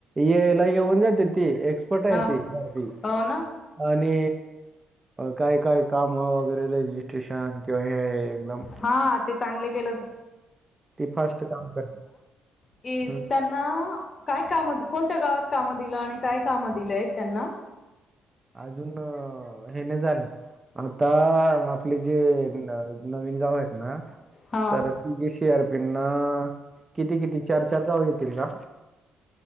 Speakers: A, on the right (about 25°); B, on the left (about 40°).
A: यायला येऊन जाते ती कुठं हाय
B: हा
A: ती भारती
B: हो ना
A: आणि काय काय काम वगैरे रजिस्ट्रेशन हे एकदम
B: हा ते चांगलं केलं
A: ती फास्ट काम करते.
B: की
A: हम्म
B: त्यांना काय काम कोणत्या गावात काम दिलं आणि काय कामं दिलंय त्यांना
A: अजून हे नाही झालं आता आपले जे नवीन गाव आहेत ना
B: हा
A: तर गी स आर पि ना किती किती चार चार गाव येतील का?